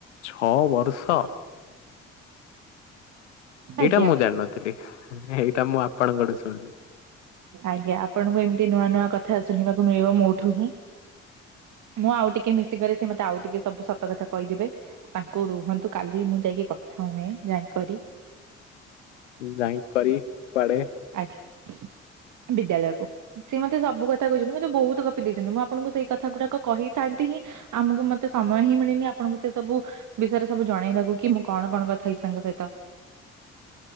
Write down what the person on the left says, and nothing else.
ଛଅ ବର୍ଷ।
ଏଇଟା ମୁଁ ଜାଣିନଥିଲି ଏଇଟା ମୁଁ ଆପଣଙ୍କଠୁ ଶୁଣିଲି।
ଯାଇ କରି କୁଆଡେ।